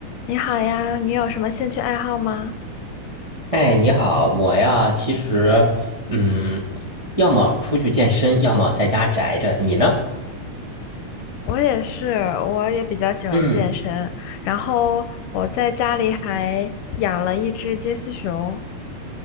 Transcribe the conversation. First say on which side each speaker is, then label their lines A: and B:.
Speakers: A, on the left (about 80°); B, on the right (about 25°).
A: 你好呀，你有什么兴趣爱好吗？
B: 哎，你好，我呀，其实，嗯，要么出去健身，要么在家宅着。你呢？
A: 我也是，我也比较喜欢健身，
B: 嗯，
A: 然后我在家里还养了一只金丝熊。